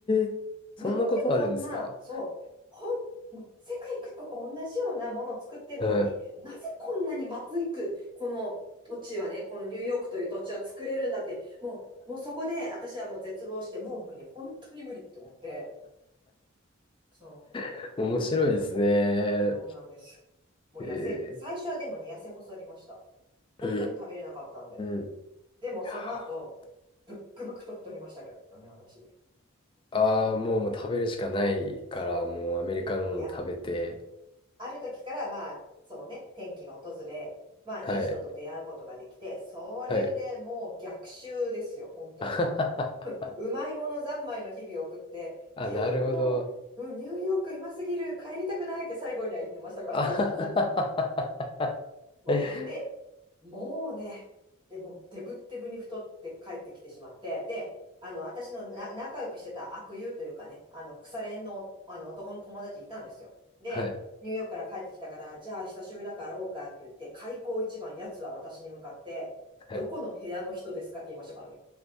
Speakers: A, on the left (about 25°); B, on the right (about 20°).
A: えそんなことあるんですか
B: なんでこんな、そう、ほん、もう世界各国同じようなものを作ってるのに、
A: はい。
B: なぜこんなにまずいく、この土地はね、このニューヨークという土地は作れるんだって、もう、もうそこで私はもう絶望して、もう無理、本当に無理って思って、そ
A: <laughs> 面白いですね。
B: う、でも、そうなんですよ。もう痩せ、
A: えー、
B: 最初はでもね、痩せ細りました。
A: う
B: 本当に食べれなかったんで。
A: ーん。い
B: でもその後、
A: やー
B: ブックブクと太りましたけどね、私。
A: あー、もう、もう食べるしかないから、
B: そう。
A: もうアメリカのもの食べて。
B: いや、ある時からまあ、そのね、転機が訪れ、まあ、
A: はい。
B: いい人と出会うことができて、それでもう逆襲ですよ、
A: はい。
B: 本当に。
A: <laughs>
B: うまいもの三昧の日々を送って、
A: あ、
B: いや、
A: なるほど。
B: もう、うんニューヨークうますぎる、帰りたくないって最後には言ってましたから。
A: <laughs> あはい。
B: <laughs> そうでもうね、でもうデブッデブに太って帰ってきてしまって、で、あの、私のな仲良くしてた悪友というかね、あの、腐れ縁の、あの男の友達いたんですよ。で、
A: はい。
B: ニューヨークから帰ってきたから、じゃあ久しぶりだから会おうかって言って、開口一番、やつは私に向かって、
A: はい。
B: どこの部屋の人ですかって言いましたからね。